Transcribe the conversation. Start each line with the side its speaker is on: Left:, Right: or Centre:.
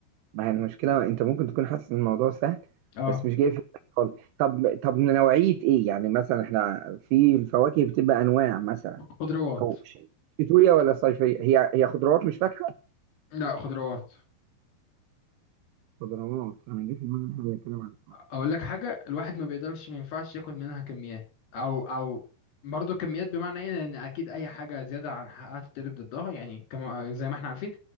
Right: ما هي المشكلة انت ممكن تكون حاسس ان الموضوع سهل
Left: اه
Right: بس مش جاي في دماغك خالص طب طب نوعية ايه يعني مثلا احنا في الفواكه بتبقى انواع مثلا
Left: خضروات
Right: او ش- شتوية ولا صيفية هي هي خضروات مش فاكهة
Left: لا خضروات
Right: خضروات انا جه في دماغي إن إحنا بنتكلم عن
Left: اقول لك حاجه الواحد ما بيقدرش ما ينفعش ياكل منها كميات او او برضه كميات بمعنى ايه لان اكيد اي حاجه زياده عن حقها تتقلب ضدها يعني كما زي ما احنا عارفين